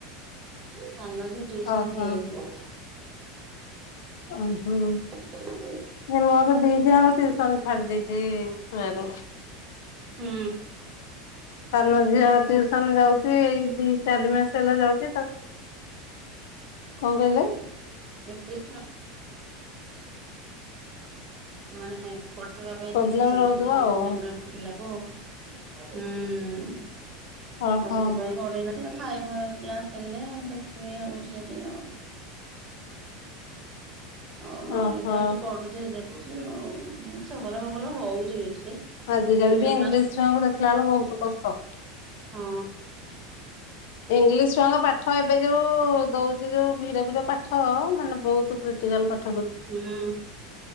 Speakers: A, on the right; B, on the left.
A: ସାନ ଝିଅ ଟ୍ୟୁଶନ୍
B: ଓହୋ
A: ହେନି।
B: ଓହୋ
A: <inaudible>
B: ମୋର ଦି ଯ ଆଉ ଟିଉସନ ଛାଡି ଦେଇଛି ଶୁଣାରୁ
A: ହୁଁ।
B: ତାମ ଝିଅ ଟୁସନ ଯାଉଛି, ଏଇ ଦି ଚାରି ମାସ ହେଲା ଯାଉଛି ତ କଣ କହିଲ?
A: <unintelligible> ମାନେ ପଢ଼ ପାଇଁ
B: ପ୍ରୋବ୍ଲେମ
A: <unintelligible> ସେ
B: ରହୁଥିବ
A: ମି
B: ଆଉ
A: ପିଲା। ଓ ହୁଁ ଆଉ
B: ଓହୋ
A: ସେଥିପାଇଁ ସେ ଖାଇବ କ୍ଲାସ ହେଲେ ଦେଖିବି ଆ ଉଠି ଯଦି ଆଉ ଆଉ ନହେଲେ
B: ଓହୋ
A: ତ ଏଇଠି ପଢୁଛି ଦେ ଆଉ ଜଙ୍ଗଲ ବଙ୍ଗଲ ହଉଛି। ଟିକେ।
B: ଆଜି ଯଦି
A: ଟିଉସନ
B: ବିଶଆଙ୍କୁ
A: ମାଷ୍ଟ
B: ଦେଖିଲା ବେଳ ବହୁତ କଷ୍ଟ।
A: ହଁ।
B: ଇଂଲିଶ ଛୁଆ ଙ୍କ ପାଠ ଏବେ ଯୋଉ ଦଉଛି, ଯୋଉ ଭିଡ ଭିଡ ପାଠ ମାନେ ବହୁତ କ୍ରଟିକାଲ।
A: ହୁଁ ହୁଁ,